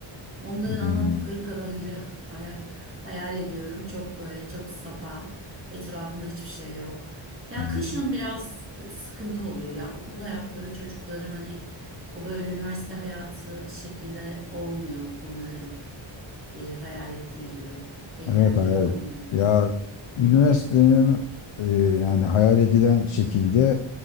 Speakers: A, on the right (about 25°); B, on the left (about 75°).
A: Onların
B: Hmm,
A: anlattıkları kadarıyla <laughs> hayal, hayal ediyorum. Çok böyle çok sapa. Etrafında hiçbir şey yok. Ya
B: hmm.
A: kışın biraz e, sıkıntı oluyor. Ya okul hayatları çocukların hani o böyle üniversite hayatı şeklinde olmuyor onların e, hayal ettiği gibi. Eğlenceli
B: Evet hayal.
A: olmuyor.
B: Ya üniversitenin e, yani hayal edilen şekilde